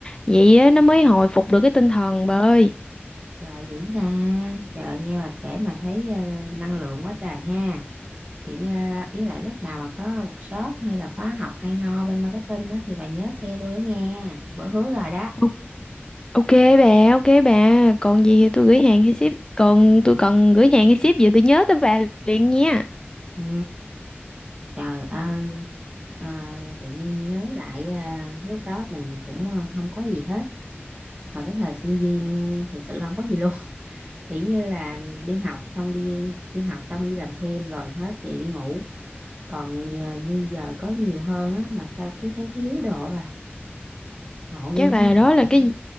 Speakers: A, on the left; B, on the right.
A: vậy á, nó mới hồi phục được cái tinh thần bà ơi
B: Trời dữ ra trời nghe bà kể mà thấy ờ, năng lượng quá trời ha kiểu như là- ý lại lúc nào mà có workshop hay là khóa học hay ho bên marketing á thì bà nhớ xe tôi nghe bữa hứa rồi đó
A: Ờ, Ok bà, ok bà. Còn gì thì tôi gửi hàng hay ship. Còn tôi cần gửi hàng hay ship gì tôi nhớ tới bà liền nha.
B: ừ trời ơi à, tự nhiên nhớ lại à, lúc đó mình cũng à, không có gì hết mà cái thời sinh viên thiệt sự là không có gì luôn <laughs> kiểu như là đi học xong đi đi học xong đi làm thêm rồi hết về đi ngủ còn giờ, như giờ có nhiều hơn á mà sao cứ thấy thiếu đồ bà ngộ
A: Chắc
B: ghê nhé
A: là đó là cái